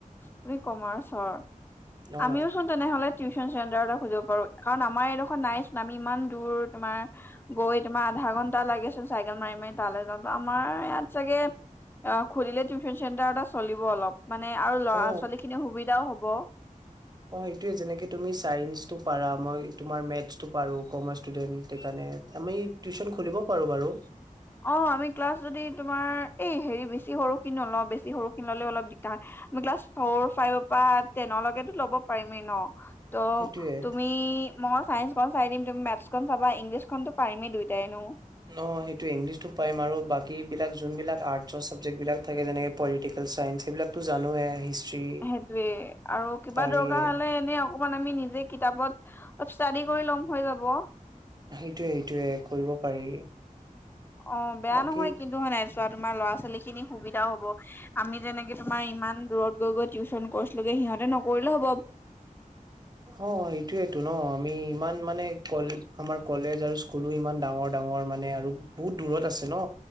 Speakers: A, on the left; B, on the right.
A: তুমি কমাৰ্চৰ
B: অ
A: আমিও চোন। তেনেহ'লে টিউচন চেণ্টাৰ এটা খুুলিব পাৰো। কাৰণ আমাৰ এইডোখৰ নাই আমি ইমান দূৰ তোমাৰ। গৈ তোমাৰ আধা ঘণ্টা লাগেচোন চাইকেল মাৰি মাৰি তালৈ যাওঁতে আমাৰ ইয়াত চাগে। অ খুলিলে টিউচন চেণ্টাৰ এটা চলিব অলপ। মানে আৰু ল'ৰা
B: অ
A: ছোৱালী খিনিৰ সুবিধাও হব।
B: অ সেইটোয়ে যেনেকে তুমি চাইন্সটো পাৰা মই তোমাৰ মেথছটো পাৰো কমাৰ্চ ষ্টুডেন্ট সেইকাৰণে। আমি টিউচন খুলিব পাৰো বাৰু।
A: অ আমি ক্লাছ যদি তোমাৰ এই হেৰি বেছি সৰুখিনি নলওঁ বেছি সৰু খিনি ললে অলপ দিগদাৰ হয়। আমি ক্লাছ ফৰ ফাইভৰ পৰা টেনৰলৈকেতো ল'ব পাৰিমেই ন। তো
B: সেইটোয়ে
A: তুমি ম। চাইন্সখন চাই দিম তুমি মেথছখন চাবা ইংলিছখনতো পাৰিমেই দুইটাইনো।
B: অ' সেইটো ইংলিছতো পাৰিম আৰু বাকী বিলাক যোনবিলাক আৰ্টচৰ চাবজেক্ট বিলাক থাকে যেনেকে। পলিটিকেল চায়ন্স সেইবিলাকতো জানোৱে। হিষ্ট্ৰী
A: সেইটোয়ে আৰু কিবা
B: পাৰিয়ে
A: দৰকাৰ হলে এনেই। অকমান আমি নিজে কিতাপত ষ্টাডি কৰি ল'ম হৈ যাব।
B: সেইটোয়ে সেইটোয়ে কৰিব পাৰি।
A: অ 'বেয়া
B: বাকী
A: নহয় কিন্তু মানে নাই চোৱা তোমাৰ ল'ৰা ছোৱালী খিনি সুবিধাও হব আমি যেনেকে। তোমাৰ ইমান দূৰত গৈ গৈ টিউশ্যন কৈছোঁলোকে। সিহঁতে নকৰিলে হ'ব।
B: অ সেইটোৱেটো ন। আমি ইমান মানে কল আমাৰ কলেজ আৰু স্ক স্কুলো ইমান ডাঙৰ ডাঙৰ মানে আৰু বহুত দূৰত আছে ন?